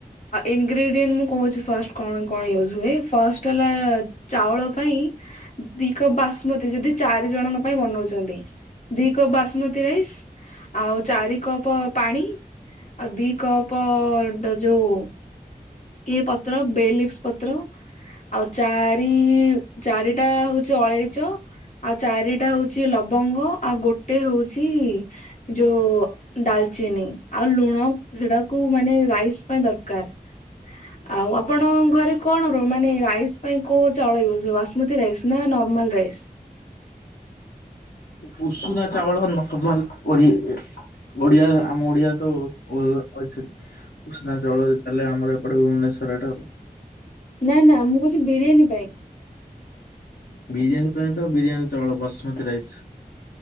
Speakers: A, on the left; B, on the left.
A: ଇନଗ୍ରିଡିଏଣ୍ଟ ମୁଁ କହୁଚି ଫାଷ୍ଟ କଣ କଣ ୟୁଜ୍ ହୁଏ? ଫଷ୍ଟ ହେଲା ଚାଉଳ ପାଇଁ ଦି କପ୍ ବାସୁମତୀ ଯଦି ଚାରି ଜଣଙ୍କ ପାଇଁ ବନଉଚନ୍ତି। ଦି କପ୍ ବାସୁମତୀ ରାଇସ ଆଉ ଚାରି କପ ପାଣି। ଆଉ ଦି କପ ଡ ଯୋଉ ଇଏ ପତ୍ର ବେ ଲିଭ୍ସ ପତ୍ର ଆଉ ଚାରି ଚାରିଟା ହୋଉଚି ଅଳେଇଚ। ଆଉ ଚାରିଟା ହୋଉଚି ଲବଙ୍ଗ ଆଉ ଗୋଟେ ହୋଉଚି ଯୋଉ ଡାଲ ଚିନି ଆଉ ଲୁଣ ସେଟାକୁ ମାନେ ରାଇସ ପାଇଁ ଦରକାର। ଆଉ ଆପଣଙ୍କ ଘରେ କଣ ର ମାନେ ରାଇସ୍ ପାଇଁ କୋଉ ଚାଉଳ ୟୁଜ୍ ହୁଏ ବାସୁମତୀ ରାଇସ୍ ନା ନର୍ମାଲ ରାଇସ୍? <inaudible>
B: ଉ-ଉଷୁନା ଚାଉଳ ନର୍ମାଲ ଓରି ଇ ଓଡିଆ ଆମ ଓଡିଆ। ତ ଉ <unintelligible> ଉଷୁନା ଚାଉଳରେ ଚାଲେ ଆମର ଏପଟେ ଭୁବନେଶ୍ଵର ଆଡେ ଆଉ।
A: ନା ନା ମୁଁ କହୁଛି ବିରିୟାନୀ ପାଇଁ।
B: ବିରିୟାନୀ ପାଇଁ ତ ବିରିୟାନୀ ଚାଉଳ ବାସୁମତୀ ରାଇସ।